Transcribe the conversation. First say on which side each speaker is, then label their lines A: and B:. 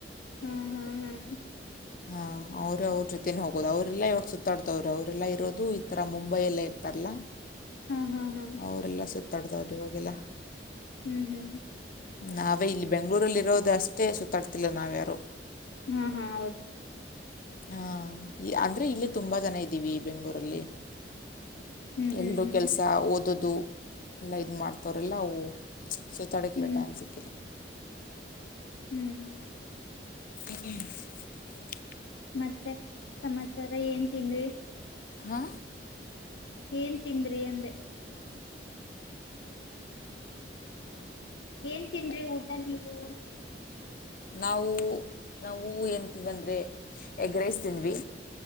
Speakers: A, on the left; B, on the left.
A: ಹ್ಮ್ ಹ್ಮ್ ಹ್ಮ್
B: ಹಾ ಅವರು ಅವ್ರ ಜೊತೆನೆ ಹೋಗೋದು ಅವ್ರಲ್ಲಾ ಇವಾಗ ಸುತ್ತ ಮಾತಾಡ್ತವ್ರರು ಅವ್ರ್ರೆಲ್ಲ ಇರೊದು ಆ ಥರ ಮುಂಬೈಯಲ್ಲೇ ಇರ್ತಾರಲ್ಲ
A: ಹಾ ಹಾ ಹಾ
B: ಅವ್ರೆಲ್ಲ ಸುತ್ತ <unintelligible> ಇವಾಗಿಲ್ಲ
A: ಹ್ಮ್ ಹ್ಮ್
B: ನಾವೇ ಇಲ್ಲಿ ಬೆಂಗ್ಳೂರಲ್ಲಿರೋದಷ್ಟೇ ಸುತ್ತಾಡ್ತಿಲ್ಲ ನಾವ್ಯಾರು
A: ಹಾ ಹಾ ಹೌದಾ
B: ಹಾಂ ಅಂದ್ರೆ ಇಲ್ಲೇ ತುಂಬ ಜನ ಇದ್ದೀವಿ ಬೆಂಗ್ಳೂರಲ್ಲಿ
A: ಹ್ಮ್ ಹ್ಮ್
B: ಎಲ್ರು
A: ಹ್ಮ್
B: ಕೆಲ್ಸ ಓದ್ ಅದು ಎಲ್ಲ ಇದ್ ಮಾಡ್ತವ್ರ ಅವ್ರೆಲ್ಲ ಓ ಸೊ ತಡೆಕ್ಲ್
A: ಹ್ಮ್
B: ಟೈಮ್ ಸಿಕ್ಕಿಲ್ಲ
A: ಹ್ಮ್ ಹ್ಮ್
B: <unintelligible>
A: ಮತ್ತೆ ಸಮಾಚ್ ತರ ಏನ್ ತಿಂದ್ರಿ.
B: ಹಾ
A: ಏನ್ ತಿಂದ್ರಿ ಅಂದೆ. ಏನ್ ತಿಂದ್ರಿ ಊಟ ನೀವು
B: ನಾವು ನಾವು ಏಂತೀವಿಂದರೆ ಎಗ್ ರೈಸ್ ತಿಂದ್ವಿ.